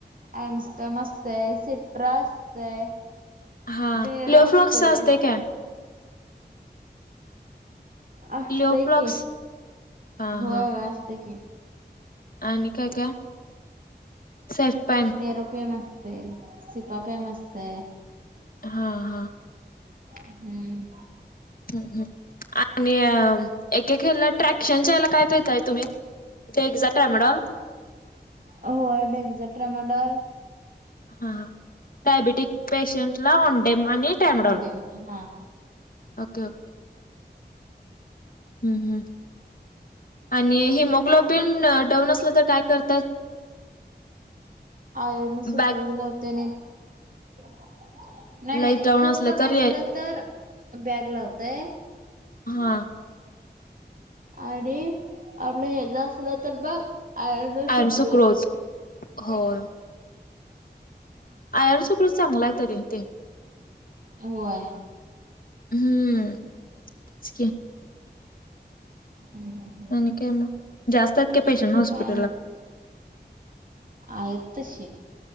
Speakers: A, on the right; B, on the left.
A: अमस्टडम असतय सिट्रा असतय
B: हा
A: म
B: लिओफ्लॉक्स
A: र असते
B: असतय काय
A: असतय
B: लिओफ्लॉक्स
A: क
B: हा
A: होय
B: हा
A: होय असत क
B: आणि काय का सफपा
A: मेरूपे मस्ते सिपा पे मस्त
B: हा हा
A: हम्म
B: हम् हम् आणि एके खला ट्रॅक्शनच्या याला काय दताय तुम्ही ते एकदाा टर्मिनॉल
A: हो एक्झट्र मडल
B: <unintelligible> हा डयाबेटिक पेशंट ला ऑंडेम आणि टॅमडॉल
A: ओंडेम हा
B: ओके! ओके! हम हम, आणि हिमोग्लोबिन डऊन असलं तर काय कर
A: आयन सुप्रज
B: बॅक
A: लावते नाही, नाही
B: लाईट
A: नाही,
B: डाऊन
A: खूप कमी
B: तर
A: असलं तर बॅग लावतय.
B: हा!
A: आणि आपलं हज असलं तर बघ आयर्न
B: आय
A: सुफरोज
B: एम सुक्रोज होय. आयरन सुक्रोज चांगलाय तरी ते,
A: होय.
B: हम्म, तेचकी
A: हम्....
B: आणि काय मग, जास्त आहेत का पेशंट हॉस्पिटला.
A: काय म्ह आहेत तशे.